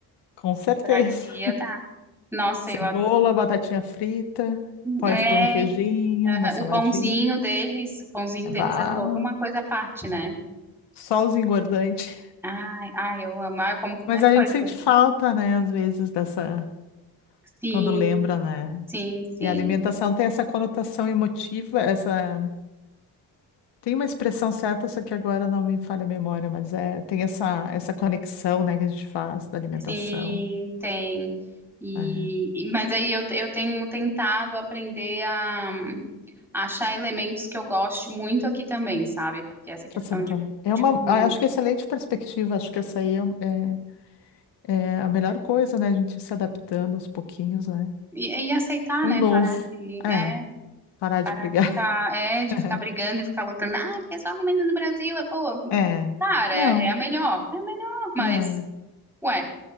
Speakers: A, on the left; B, in the centre.
A: Com certeza.
B: pra te dar. Nossa,
A: Cebola,
B: eu adoro.
A: batatinha frita, pode
B: é,
A: pôr um queijinho,
B: aham,
A: uma saladinha.
B: o pãozinho deles, o pãozinho deles
A: Bah,
B: é toda uma coisa à parte, né?
A: só os engordantes.
B: Ai, ai, eu amo. Ah, Eu como qualquer
A: Mas a
B: coisa.
A: gente sente falta, né, às vezes, dessa,
B: Sim,
A: quando lembra, né?
B: sim, sim,
A: E a alimentação tem essa conotação emotiva, essa, tem uma expressão certa, só que agora não me falha a memória, mas é, tem essa, essa conexão, né, que a gente faz da alimentação.
B: sim, tem. E,
A: É,
B: e- mas aí eu, eu tenho tentado aprender a, a achar elementos que eu gosto muito aqui também, sabe? Porque essa questão
A: pra se habituar.
B: de,
A: É
B: de
A: uma,
B: comer.
A: ah, acho que é excelente perspectiva, acho que essa aí é, um, é, é a melhor coisa, né? A gente se adaptando aos pouquinhos, né?
B: E, e aceitar,
A: Um
B: né?
A: novo.
B: Parar de,
A: É,
B: é,
A: parar
B: parar
A: de brigar.
B: de ficar, é, de
A: <laughs>
B: ficar brigando e ficar lutando. Ah, porque só a comida do Brasil é boa.
A: É.
B: Cara,
A: Não,
B: é, é a melhor. É a melhor, mas,
A: é.
B: ué,